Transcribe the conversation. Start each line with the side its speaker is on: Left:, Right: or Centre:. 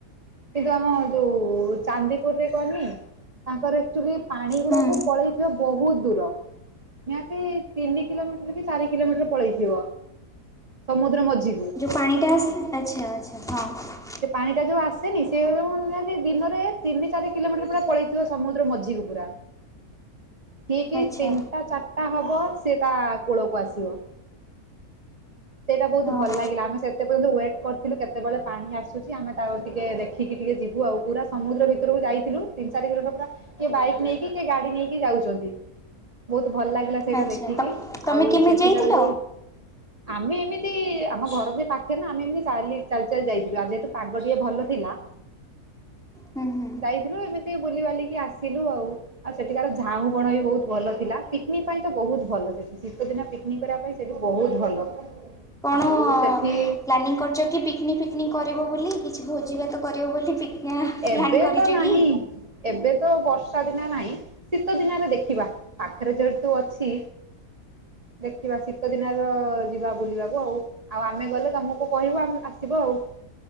Right: କିନ୍ତୁ ଆମ ଯୋଉ ଚାନ୍ଦିପୁରରେ କନି ତାଙ୍କର ଆକ୍ଚୁଲି ପାଣି
Centre: ହୁଁ
Right: ଗୁଡା କୁ ପଳେଇଥିବ ବହୁତ ଦୂର ନିହାତି ତିନି କିଲୋମିଟର କି ଚାରି କିଲୋମିଟର ପଳେଇଥିବ ସମୁଦ୍ର ମଝି
Centre: ଯେଉଁ ପାଣିଟା ଆସେ ଆଚ୍ଛା ଆଚ୍ଛା ହଁ।
Right: ସେ ପାଣି ଟା ଯୋଉ ଆସେନି ସେ ଯୋ ନିହାତି ଦିନରେ ତିନି ଚାରି କିଲୋମିଟର ପୁରା ପଳେଇଥିବ ସମୁଦ୍ର ମଝିକୁ ପୁରା। ଠିକି
Centre: ଆଚ୍ଛା
Right: ତିନିଟା ଚାରିଟା ହବ ସେ ତା କୂଳକୁ ଆସିବ। ସେଇଟା ବହୁତ
Centre: ହଁ
Right: ଭଲ ଲାଗିଲା ଆମେ ସେ ସେ ପର୍ଯ୍ୟନ୍ତ ୱେଟ୍ କରିଥିଲୁ କେତେବେଳେ ପାଣି ଆସୁଚି ଆମେ ତାକୁ ଟିକେ ଦେଖିକି ଟିକେ ଯିବୁ ଆଉ ପୁରା ସମୁଦ୍ର ଭିତୁରୁକୁ ଯାଇଥିଲୁ ତିନି ଚାରି କିଲୋମିଟର ପୁରା କିଏ ବାଇକ୍ ନେଇକି କି ଗାଡି ନେଇକି ଯାଉଚନ୍ତି ବହୁତ ଭଲ ଲାଗିଲା ସେଇଟା
Centre: ଆଚ୍ଛା
Right: ଦେଖିକି
Centre: ତ ତମେ
Right: ଆଉ
Centre: କେମିତି
Right: ସେଠିକାର
Centre: ଯାଇଥିଲ?
Right: ଯୋଉ ଆମେ ଏମିତି ଆମ ଘର ବି ପାଖେରେ ନା ଆମେ ଏମିତି ଚାଲି ଚାଲ୍ ଚାଲ୍ ଯାଇଥିଲୁ ଆ ଯେହେତୁ ପାଗ ଟିକେ ଭଲ ଥିଲା।
Centre: ହୁଁ ହୁଁ
Right: ଯାଇଥିଲୁ ଏମିତି ବୁଲିିବାଲିକି ଆସିଲୁ ଆଉ। ଆଉ ସେଠିକାର ଝାଉଁ ବଣ ବି ବହୁତ ଭଲ ଥିଲା, ପିକନିକ୍ ପାଇଁ ତ ବହୁତ ଭଲ ସେଠି ଶୀତ ଦିନ ପିକ ନି କରିବା ପାଇଁ ସେଇଠି ବହୁତ ଭଲ।
Centre: କଣ
Right: ଆଉ ସେଠି
Centre: ପ୍ଲାନିଂ କରିଚ କି ପିକନିକ୍ ଫିକନିକ୍ କରିବ ବୋଲି କିଛି ଭୋଜିଭାତ କରିବ ବୋଲି ପିକ୍ ନା ପ୍ଲାନ୍
Right: ଏବେ
Centre: କରିଚ
Right: ତ ନାହିଁ
Centre: କି?
Right: ଏବେ ତ ବର୍ଷା ଦିନେ ନାଇଁ। ଶୀତ ଦିନରେ ଦେଖିବା ପାଖରେ ଯେହେତୁ ଅଛି। ଦେଖିବା ଶୀତ ଦିନର ଯିବା ବୁଲିବାକୁ ଆଉ। ଆଉ ଆମେ ଗଲେ ତୋମକୁ କହିବୁ ଆମ ଆସିବ ଆଉ।